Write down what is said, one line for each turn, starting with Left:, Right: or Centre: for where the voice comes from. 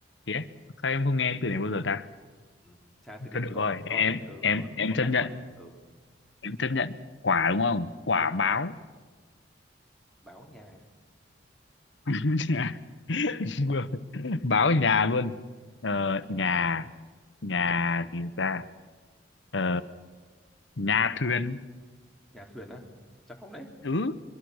Left: thế sao em không nghe từ này bao giờ ta
Centre: ừ. tra từ điển
Left: thôi
Centre: này
Left: được
Centre: có
Left: rồi
Centre: có
Left: em
Centre: đấy ừ
Left: em
Centre: có
Left: em
Centre: có lãi
Left: chấp nhận
Centre: quả đấy ừ
Left: em chấp nhận quả đúng không quả báo
Centre: báo nhà
Left: <laughs> Vừa- báo ở nhà luôn ờ, nhà nhà gì ta ờ, nhà thuyền
Centre: nhà thuyền á chắc không đấy
Left: ừ